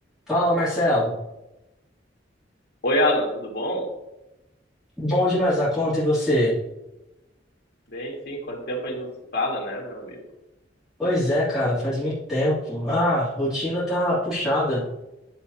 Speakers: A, in the centre; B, on the left.
A: Fala, Marcelo.
B: Oi, Alan, tudo bom?
A: Bom demais na conta e você?
B: Bem, sim, quanto tempo a gente não se fala, né, meu amigo?
A: Pois é, cara, faz muito tempo. Ah, rotina tá puxada.